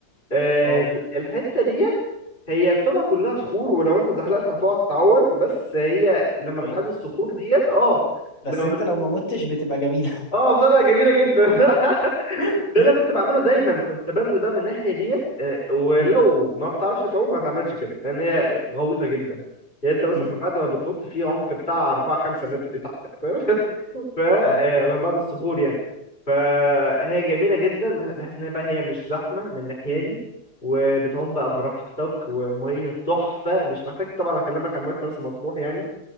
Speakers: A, on the left; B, on the left.
A: آه،
B: اه
A: ال- الحتة ديت هي بتبقى كلها صخور ولو انت زحلقت هتقع تتعور بس هي لما
B: اي
A: بتعدي الصخور ديت اه
B: بس
A: لما
B: انت لو ما متش بتبقى جميله
A: اه بتبقى جميله جدا <laughs>
B: <laughs>
A: ده اللي كنت بعمله دايما كنت بنزل بقى من الناحيه ديت آه، ولو
B: امم
A: ما بتعرفش تعوم ما تعملش كده لان هي غويطه جدا يعني انت مثلا
B: امم
A: بعد ما بتنط في عمق بتاع 4 5 متر ايه تحتك فاهم <laughs> فمن
B: اه
A: بعد الصخور يعني فهي جميله جدا بح- بحيث ان هي بقى هي مش زحمه من الناحيه
B: امم
A: دي وبتعوم بقى براحتك وميه تحفه مش محتاج طبعا اكلمك عن ميه مرسى مطروح يعني.